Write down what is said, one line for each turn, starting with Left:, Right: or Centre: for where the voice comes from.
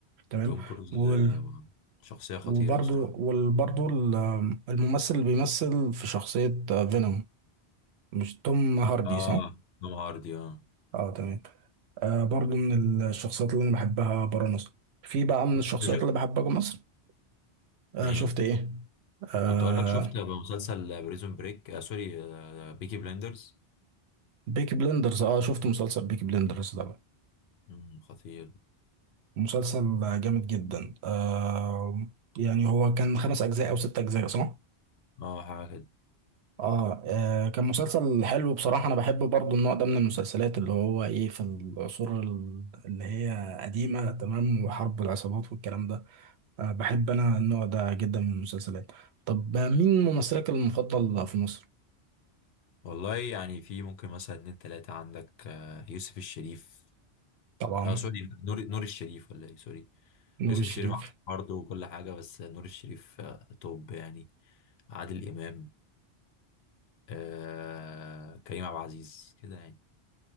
Right: تمام
Left: توم كروز
Right: وال
Left: آه، شخصيه خطيره
Right: وبرضو
Left: بصراحه
Right: وبرضو ال- آه، الممثل اللي بيمثل في شخصيه آه، فينوم مش توم هاردي
Left: اه
Right: صح
Left: توم هاردي اه
Right: اه تمام آه برضو من الشخصيات اللي انا بحبها بره مصر في بقى من
Left: طب
Right: الشخصيات
Left: انت شفت
Right: اللي بحبها جوه مصر آه
Left: مين
Right: شفت ايه آه
Left: كنت اقول لك شفت مسلسل بريزون بريك آه سوري آه بيكي بلاندرز
Right: بيكي بلندرز اه شفت مسلسل بيكي بلندرز ده
Left: امم خطير
Right: مسلسل جامد جدا آه يعني هو كان خمس أجزاء أو ست أجزاء صح؟
Left: اه حاجه كده
Right: آه, آه كان مسلسل حلو بصراحة أنا بحب برضو النوع ده من المسلسلات اللي هو إيه في العصور ال- اللي هي قديمة تمام وحرب العصابات والكلام ده آه بحب أنا النوع ده جدا من المسلسلات طب آه، مين ممثلك المفضل في مصر؟
Left: والله يعني في ممكن مثلا اتنين تلاته عندك آه يوسف الشريف
Right: طبعا
Left: اه سوري نور نور الشريف ولا ايه سوري
Right: نور
Left: يوسف
Right: الشريف
Left: الشريف برضه وكل حاجه بس نور الشريف آه توب يعني عادل إمام آه كريم عبد العزيز كده يعني